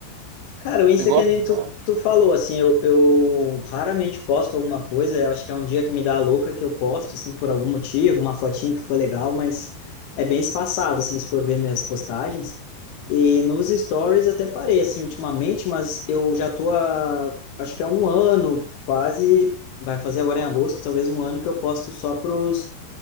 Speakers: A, on the left (about 80°); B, on the right (about 80°).
A: Cara, o Insta
B: Você gosta
A: é que nem
B: de
A: tu,
B: usar?
A: tu falou, assim, eu, eu raramente posto alguma coisa, eu acho que é um dia que me dá a louca que eu posto, assim, por algum motivo, uma fotinha que ficou legal, mas é bem espaçado, assim, se for ver minhas postagens. E nos stories até parei, assim, ultimamente, mas eu já tô há, acho que há um ano, quase, vai fazer agora em agosto, talvez um ano que eu posto só pros